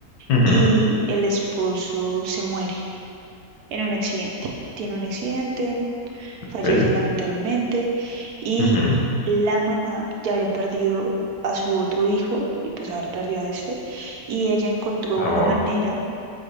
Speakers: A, on the left; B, on the right.
A: ujú,
B: y el esposo se muere en un accidente. Tiene un accidente,
A: ok,
B: fallece lamentablemente y
A: ujú,
B: la mamá ya había perdido a su otro hijo y pues ahora perdió a este y ella encontró
A: ah,
B: una
A: wow,
B: manera,